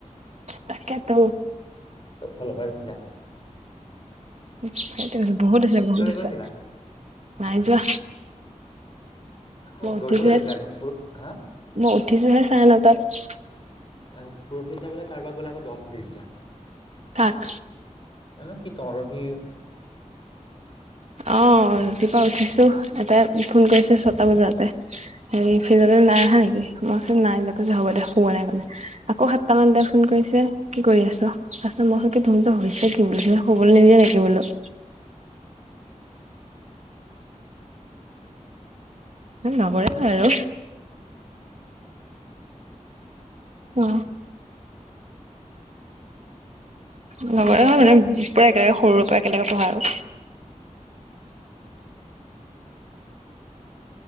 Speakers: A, on the right; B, on the left.
A: তাকে তো।
B: চবফালৰ পাই বিজনাচ
A: সেইটোৱেইটো বহুত আছে বহুত আছে
B: গৈছিলা
A: নাই যোৱা। মই
B: অ
A: উঠিছোহে
B: দৌৰিবলৈ গৈছিলা দেখোন পু হা।
A: মই উঠিছোহে চাৰে নটাত।
B: আৰু পৰহিত দিনা বোলে কাৰোবাক বোলে আকৌ দম দি দিলা।
A: কাক।
B: এনেও কি তৰাব কি।
A: অ ৰাতিপুৱা উঠিছো এটাই ফোন কৰিছে ছটা বজাতে। হেৰি সিহঁতে নাই অহা নেকি মই নাই হ'ব দেয় পোৱা নাই মানে। আকৌ সাতটামান তেই ফোন কৰিছে কি কৰি আছ? তা পিছত মই তহঁত হৈছে কি বোলো তহঁতক শুবলৈ নিদিয়া নেকি বোলো। অ নগলে হল আৰু, অ। লগৰে হয় মানে পুৰা একেলগে সৰুৰে পৰা একেলগে পঢ়া আৰু,